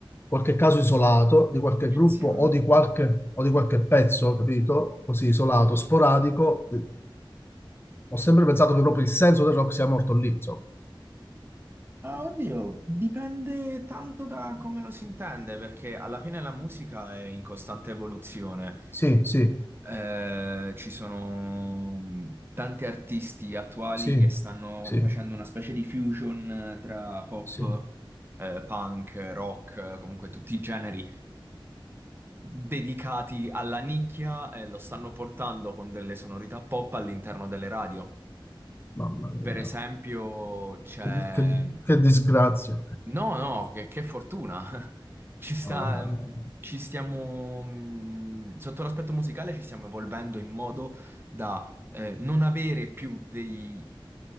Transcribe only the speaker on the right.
Eccezione.
Ah, oddio, dipende tanto da come lo si intende, perché alla fine la musica è in costante evoluzione.
Eh, ci sono mh, tanti artisti attuali
che stanno
facendo una specie di fusion eh, tra pop,
eh, punk, rock, eh, comunque tutti i generi dedicati alla nicchia e lo stanno portando con delle sonorità pop all'interno delle radio.
Per esempio, c'è
No, no, che, che fortuna. <laughs> Ci sta,
mh, ci stiamo, mh, sotto l'aspetto musicale ci stiamo evolvendo in modo da eh, non avere più dei